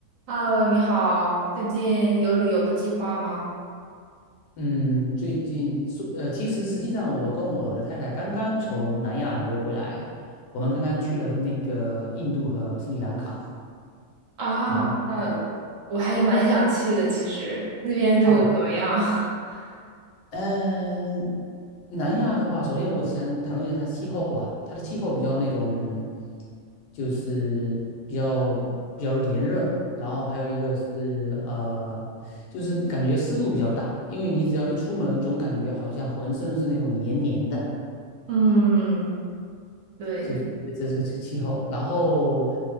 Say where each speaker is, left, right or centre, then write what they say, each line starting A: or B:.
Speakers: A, on the right; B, on the left.
A: Hello，你好，最近有旅游的计划吗？
B: 嗯，最近说，呃，其实实际上我跟我的太太刚刚从南亚旅游回来，我们刚刚去了那个印度和斯里兰卡，
A: 啊，
B: 然后，
A: 那我还蛮想去的，其实那边就怎么样？
B: 哦，
A: <laughs>
B: 嗯、南亚的话，首先我想谈论一下它气候吧，它的气候比较那种，就是比较比较炎热，然后还有一个是呃，就是感觉湿度比较大，因为你只要一出门，总感觉好像浑身是那种黏黏的。
A: 嗯，对，
B: 就这这是个气候。然后，